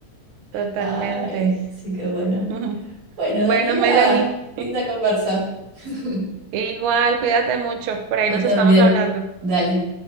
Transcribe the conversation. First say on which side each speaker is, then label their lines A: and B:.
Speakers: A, on the right; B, on the right.
A: totalmente.
B: Ay, sí, que bueno.
A: <laughs>
B: Bueno,
A: Bueno,
B: Daniela,
A: Melanie,
B: linda conversa. <laughs>
A: igual, cuídate mucho. Por ahí
B: Vos
A: nos
B: también.
A: estamos hablando.
B: Dale.